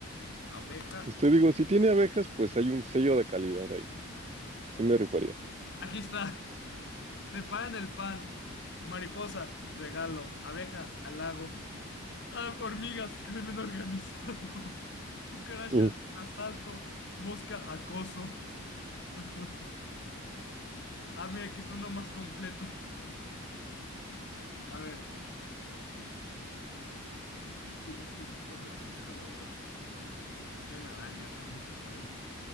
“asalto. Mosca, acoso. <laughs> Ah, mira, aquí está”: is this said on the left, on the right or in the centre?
Left